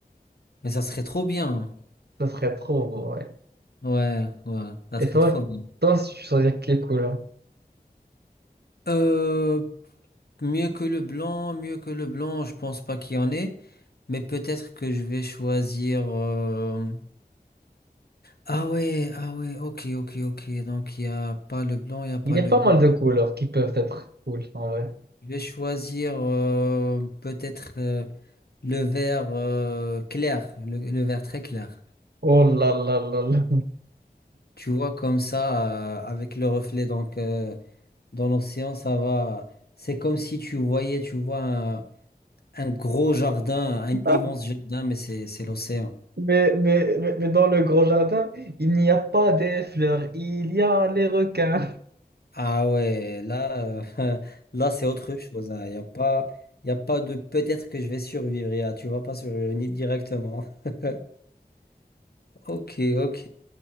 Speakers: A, on the left (about 70°); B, on the right (about 80°).
A: Mais ça serait trop bien. hein.
B: Ce serait trop beau, ouais.
A: Ouais, ouais, ça
B: Et
A: serait
B: toi,
A: trop bien.
B: toi, si tu choisis quelle couleur?
A: Euh, mieux que le blanc, mieux que le blanc, je pense pas qu'il y en ait. Mais peut-être que je vais choisir. euh, Ah ouais, ah ouais, ok, ok, ok. Donc, il y a pas le blanc, il y a pas
B: Il y
A: le
B: a pas
A: bleu.
B: mal de couleurs qui peuvent être cool, en vrai.
A: Je vais choisir euh, peut-être euh, le vert euh, clair, le le vert très clair.
B: Oh là là là là.
A: Tu vois comme ça, euh, avec le reflet donc, euh, dans l'océan, ça va. C'est comme si tu voyais, tu vois, un, un gros jardin, un
B: <laughs>
A: immense jardin, mais c'est, c'est l'océan.
B: Mais, mais, mais, mais dans le grand jardin, il n'y a pas des fleurs, il y a les requins.
A: Ah ouais, là, euh, <laughs> là c'est autre chose. Il n'y a pas, y a pas de peut-être que je vais survivre. y a- tu vas pas survivre ni- directement. <laughs> Ok, ok.